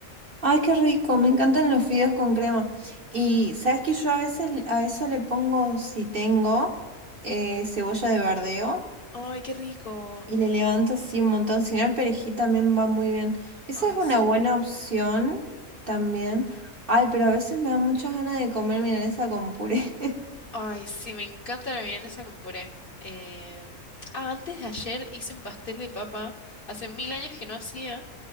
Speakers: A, on the right (about 45°); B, on the left (about 45°).
A: Ay, qué rico, me encantan los fideos con crema. Y sabes que yo a veces le- a eso le pongo, si tengo, eh, cebolla de verdeo
B: ¡Ay, qué rico!
A: y le levanto así un montón. Si no, el perejil también va muy bien. Esa
B: ¡Ay,
A: es una
B: sí!
A: buena opción también. Ay, pero a veces me da muchas ganas de comer milanesa con puré. <laughs>
B: ¡Ay, sí! Me encanta la milanesa con puré. Eh, Ah, antes de ayer hice un pastel de papa. Hace mil años que no hacía.